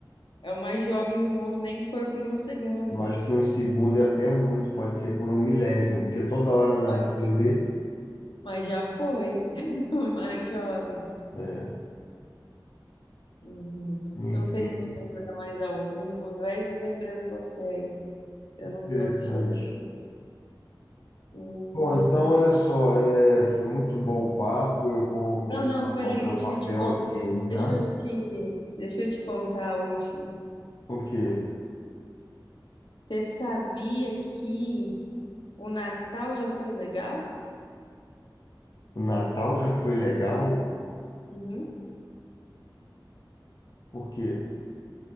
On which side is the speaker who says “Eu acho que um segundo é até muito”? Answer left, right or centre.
Left